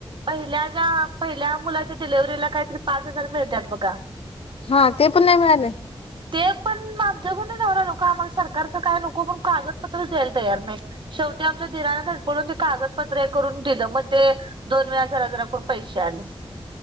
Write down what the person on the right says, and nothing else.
पहिल्या ज पहिल्या मुलाच्या डिलेवर्हरीला काहीतरी पाच हजार मिळतात बघा.
ते माध्यमवला नको. आम्हाला सरकारचं काय नको. पण कागदपत्रच द्यायला तयार नाही. शेवटी आमच्या दीराण धडपडून ते कागदपत्र हे करून दिलं. म ते दोन वेळा जरा जरा करुण पैसे आले.